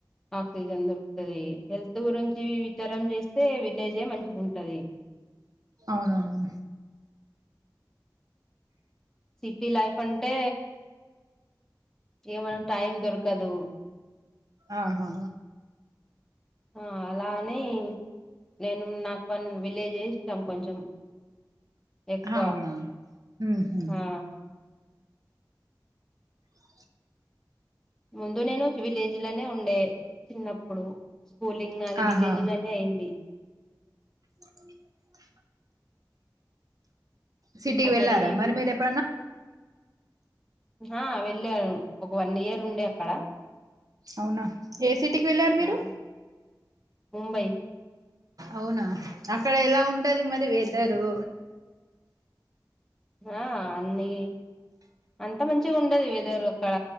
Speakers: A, in the centre; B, on the right.
A: ఆక్సిజన్ దొరుకుతుంది హెల్త్ గురించి విచారం చేస్తే విలేజే మంచిగా ఉంటది
B: అవునవును
A: సిటీ లైఫ్ అంటే ఏమైనా టైం దొరకదు
B: ఆహా
A: ఆ అలానే నేను నాకు విలేజ్ చేయిస్తాం కొంచెం ఎక్కువ
B: అవునా ఉహు
A: ఆ
B: ఆ
A: ముందు నేను విలేజ్ లోనే ఉండే చిన్నప్పుడు స్కూలింగ్ నాది
B: ఆహా
A: విలేజ్ లోనే అయింది
B: ఆ సిటీకి
A: అక్కడి
B: వెళ్ళారా మరి మీరు ఎప్పుడన్నా
A: ఆ వెళ్ళాను ఒక వన్ ఇయర్ ఉండే అక్కడ
B: అవునా ఏ సిటీకి వెళ్ళారు మీరు
A: ఆ ముంబై
B: అవునా అక్కడ ఎలా ఉంటది మరి వెదరు
A: ఆ అన్ని అంత మన్ మంచి ఉండది వెదర్ అక్కడ